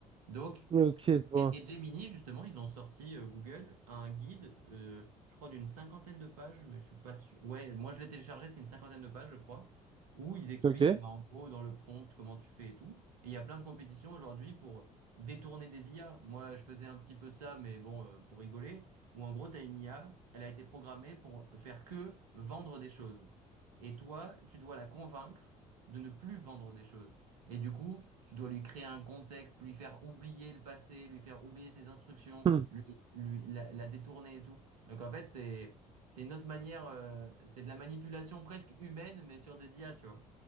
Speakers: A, on the right; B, on the right.
A: Donc,
B: ok, je vois.
A: et, et Gemini, justement, ils ont sorti euh, Google un guide, euh, je crois, d'une cinquantaine de pages, mais je suis pas sûr. Ouais, moi je l'ai téléchargé, c'est une cinquantaine de pages, je crois, où ils expliquent,
B: Ok.
A: bah, en gros, dans le prompt, comment tu fais et tout. Et il y a plein de compétitions aujourd'hui pour détourner des IA. Moi, je faisais un petit peu ça, mais bon, euh, pour rigoler, où en gros, tu as une IA, elle a été programmée pour faire que vendre des choses. Et toi, tu dois la convaincre de ne plus vendre des choses. Et du coup, tu dois lui créer un contexte, lui faire oublier le passé, lui faire oublier ses instructions,
B: Hmm.
A: lui, lui- la, la détourner et tout. Donc en fait, c'est c'est une autre manière, euh, c'est de la manipulation presque humaine, mais sur des IA, tu vois.